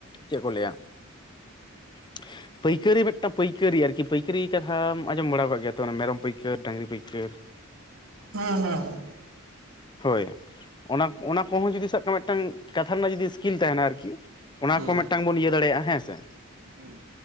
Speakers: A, on the left; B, on the right.
A: ᱪᱮᱫ ᱠᱚ ᱞᱟᱹᱭᱟ? ᱦᱮ <unintelligible> ᱯᱟᱹᱭᱠᱟᱹᱨᱤ ᱢᱤᱫᱴᱟᱝ ᱯᱟᱹᱭᱠᱟᱹᱨᱤ ᱟᱨᱠᱤ ᱯᱟᱹᱭᱠᱟᱹᱨᱤ ᱠᱟᱛᱷᱟᱢ ᱟᱸᱡᱚᱢ ᱵᱟᱲᱟᱣ ᱟᱠᱟᱫ ᱜᱮᱭᱟ ᱛᱚ᱾ ᱢᱮᱨᱚᱢ ᱯᱟᱹᱭᱠᱟᱹᱨ ᱰᱟᱹᱜᱽᱨᱤ ᱯᱟᱹᱭᱟᱹᱨ
B: ᱦᱮᱸ ᱦᱮᱸ᱾
A: ᱦᱳᱭ ᱚᱱᱟ ᱚᱱᱟ ᱠᱚᱦᱚᱸ ᱡᱩᱫᱤ ᱥᱟᱵ ᱠᱟᱜ ᱢᱮ ᱢᱤᱫᱴᱟᱝ ᱠᱟᱛᱷᱟ ᱨᱮᱱᱟᱜ ᱡᱩᱫᱤ ᱥᱤᱥᱠᱤᱞ ᱛᱟᱦᱮᱱᱟ᱾ ᱟᱨᱠᱤ ᱚᱱᱟ
B: ᱦᱮᱸ
A: ᱠᱚ ᱢᱤᱫᱴᱟᱝ ᱵᱚᱱ ᱤᱭᱟᱹ ᱫᱟᱲᱮᱭᱟᱜᱼᱟ ᱦᱮᱸ ᱥᱮ?
B: ᱦᱮᱸ